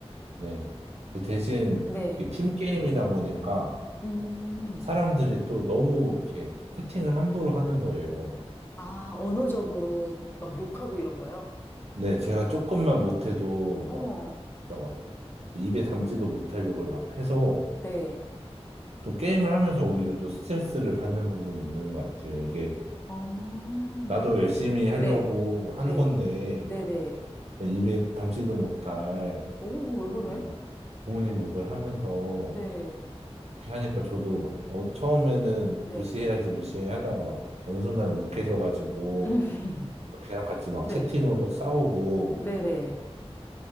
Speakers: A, on the right; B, on the left.
A: 네. 근데 대신
B: 네.
A: 이렇게 팀 게임이다 보니까
B: 음,
A: 사람들이 또 너무 이렇게 채팅을 함부로 하는 거예요. 막.
B: 아, 언어적으로 막 욕하고 이런 거요?
A: 네, 제가 조금만 못해도
B: 어머,
A: 막, 진짜 막 입에 담지도 못할 욕을 막 해서
B: 네.
A: 또 게임을 하면서 오히려 또 스트레스를 받는 부분이 있는 것 같아요. 이게
B: 어,
A: 나도 열심히 하려고
B: 네,
A: 한
B: 네,
A: 건데
B: 네, 네.
A: 입에 담지도 못할
B: 오, 뭐 왜
A: 무슨
B: 그래?
A: 막 부모님 욕을 하면서
B: 네,
A: 이렇게 하니까 저도 막 어- 처음에는
B: 네.
A: 무시해야지 무시해 하다가 막 어느 순간 욱해져가지고
B: <laughs>
A: 걔랑 같이 막
B: 네,
A: 채팅으로 싸우고
B: 네, 네.